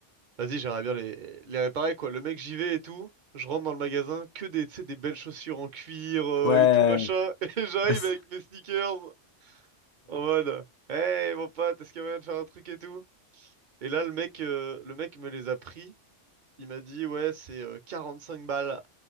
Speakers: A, on the right; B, on the left.
A: Vas-y, j'aimerais bien les, les réparer, quoi. Le mec, j'y vais et tout. Je rentre dans le magasin, que des, tu sais, des belles chaussures en cuir euh,
B: Ouais.
A: et tout, machin. <laughs> Et j'arrive
B: Ah, c'est-
A: avec mes sneakers en mode, Hey, mon pote, est-ce qu'il y a moyen de faire un truc et tout? Et là, le mec, euh, le mec me les a pris. Il m'a dit, ouais, c'est euh, 45 balles.